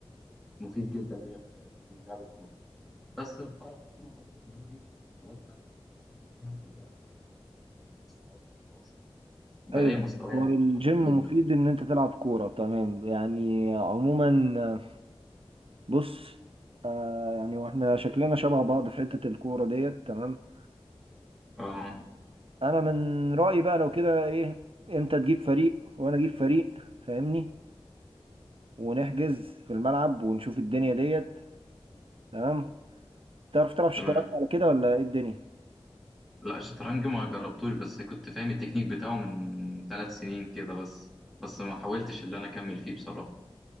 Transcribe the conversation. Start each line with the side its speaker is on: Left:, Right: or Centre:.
Centre: مفيد جدا ليا في في لعب الكوره بس بقى الكوره برضو اللي هو ايه خلاص بقى انا دخلت من الجيم فبنزل العب كورة مع ناس صحابي وخلاص بلاقي
Right: أيوه
Centre: مستواي
Right: هو
Centre: متدهور
Right: الجيم
Centre: جدا
Right: مفيد إن أنت تلعب كورة تمام يعني عموما آه، بص آه، يعني واحنا شكلنا شبه بعض في حتة الكورة ديت تمام
Centre: اه
Right: انا من رأيي بقى لو كده ايه انت تجيب فريق وانا اجيب فريق فاهمني ونحجز في الملعب ونشوف الدنيا ديت تمام تعرف تلعب شطرنج
Centre: تمام
Right: على كده ولا ايه الدنيا
Centre: لا الشطرنج ما جربتوش بس كنت فاهم التكنيك بتاعه من ثلاث سنين كده بس بس ما حاولتش اللي انا اكمل فيه بصراحة